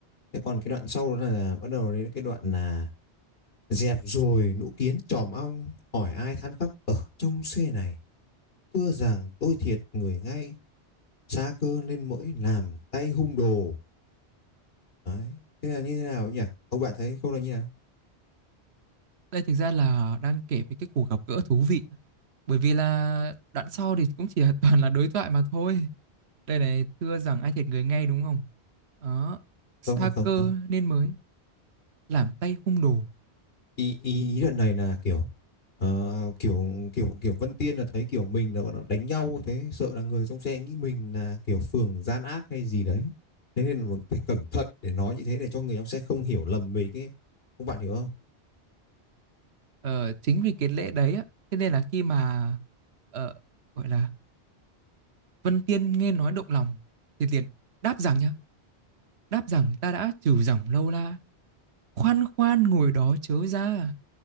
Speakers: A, on the left; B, on the right.
A: Thế còn cái đoạn sau đó là bắt đầu đến cái đoạn là Dẹp rồi nũ kiến tròm ong, hỏi ai than khóc ở trong xe này. Thưa rằng tôi thiệt người ngay, xa cơ nên mỗi làm tay hung đồ. Đấy. Thế là như thế nào nhỉ? Ông bạn thấy không là như thế nào?
B: Đây thực ra là đang kể về cái cuộc gặp gỡ thú vị. Bởi vì là đoạn sau thì cũng chỉ là <laughs> toàn là đối thoại mà thôi. Đây này, thưa rằng ai thiệt người ngay đúng không? Đó, xa
A: Không, không, không,
B: cơ
A: không.
B: nên mới làm tay hung đồ.
A: Ý, ý, ý đoạn này là kiểu ờ, kiểu kiểu kiểu Vân Tiên là thấy kiểu mình là gọi là đánh nhau thế sợ là người trong xe nghĩ mình là kiểu phường gian ác hay gì đấy thế nên là phải cẩn thận để nói như thế để cho người trong xe không hiểu lầm mình ấy ông bạn hiểu không
B: Ờ, chính vì cái lễ đấy á, thế nên là khi mà ờ, gọi là Vân Tiên nghe nói động lòng thì liền đáp rằng nhá, đáp rằng ta đã trừ dòng lâu la. Khoan khoan ngồi đó chớ ra